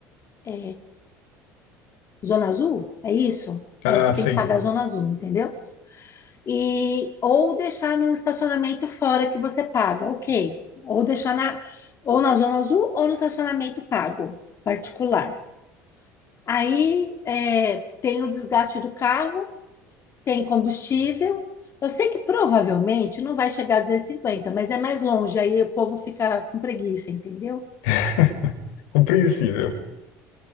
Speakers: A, on the left (about 40°); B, on the left (about 85°).
A: É, Zona Azul? É isso?
B: Ah,
A: É, você
B: sim.
A: tem que pagar a Zona Azul, entendeu? E, ou deixar no estacionamento fora que você paga, ok. Ou deixar na, ou na Zona Azul ou no estacionamento pago, particular. Aí é, tem o desgaste do carro, tem combustível. Eu sei que provavelmente não vai chegar a duzentos e cinquenta mas é mais longe, aí o povo fica com preguiça, entendeu?
B: <laughs> Compreensível.